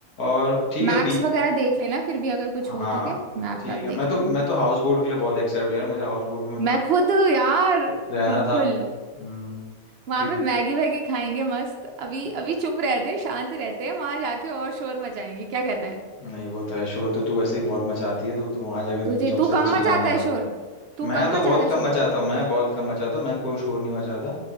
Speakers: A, on the left; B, on the right.
A: और ठीक
B: मैप्स
A: है
B: वगैरह देख लेना फिर भी अगर कुछ
A: हाँ
B: हो तो क्या मैप
A: ठीक
B: वैप
A: है मैं
B: देख
A: तो
B: लेंगे
A: मैं तो हाउस बोट के लिए बहुत एक्साइटेड हूँ यार मुझे हाउस बोट में
B: मैं खुद यार
A: रहना
B: बिल्कुल
A: था हम्म
B: वहां
A: कि
B: पे मैगी वैगी खाएंगे मस्त अभी अभी चुप रहते हैं शांत रहते हैं वहां जाके और शोर मचाएंगे क्या कहता है
A: नहीं वो तो है शोर तो तू वैसे ही बहुत मचाती है तो तू वहां जाके तो
B: तुझे
A: तू सबसे
B: तू कम
A: चिल्लाने
B: मचाता है
A: वाली
B: शोर तू
A: मैं
B: कम
A: तो
B: मचाता
A: बहुत
B: है
A: कम
B: शोर
A: मचाता हूँ मैं बहुत कम मचाता हूँ मैं कोई शोर नहीं मचाता